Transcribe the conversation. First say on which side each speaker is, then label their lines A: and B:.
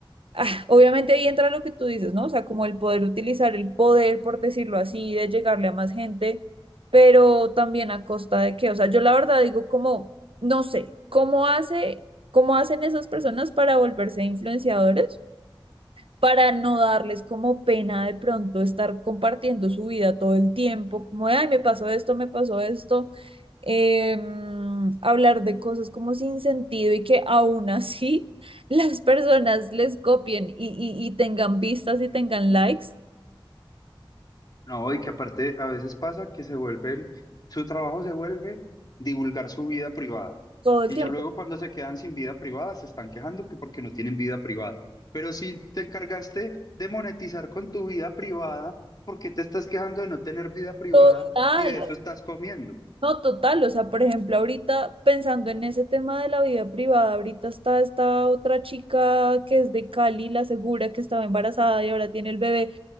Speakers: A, on the right; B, on the left.
A: ah, obviamente ahí entra lo que tú dices, ¿no? O sea, como el poder utilizar el poder, por decirlo así, de llegarle a más gente, pero también a costa de qué. O sea, yo la verdad digo como, no sé, ¿cómo hace, cómo hacen esas personas para volverse influenciadores? para no darles como pena de pronto estar compartiendo su vida todo el tiempo, como, de, ay, me pasó esto, me pasó esto, em, hablar de cosas como sin sentido y que aún así <laughs> las personas les copien y, y- y tengan vistas y tengan likes
B: No, y que aparte a veces pasa que se vuelven, su trabajo se vuelve divulgar su vida privada.
A: todo el
B: Y
A: tiempo.
B: ya luego cuando se quedan sin vida privada, se están quejando que porque no tienen vida privada. Pero si te encargaste de monetizar con tu vida privada, ¿por qué te estás quejando de no tener vida privada
A: Total,
B: si de eso estás comiendo?
A: no total. O sea, por ejemplo, ahorita pensando en ese tema de la vida privada, ahorita está esta otra chica que es de Cali, la segura que estaba embarazada y ahora tiene el bebé